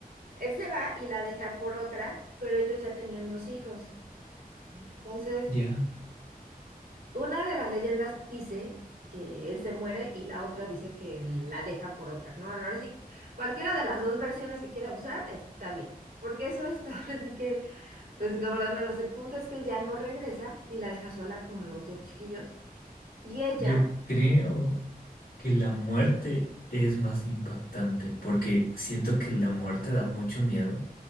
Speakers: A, on the right; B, on the left.
A: Él se va y la deja por otra, pero ellos ya tenían dos hijos. Entonces,
B: Ya,
A: una de las leyendas dice que él se muere y la otra dice que la deja por otra, ¿no? Ahora sí, cualquiera de las dos versiones que quiera usar está bien, porque eso es <laughs> ahora sí que, pues como las manos, el punto es que él ya no regresa y la deja sola con los dos chiquillos. Y ella,
B: yo creo que la muerte es más impactante porque siento que la muerte da mucho miedo.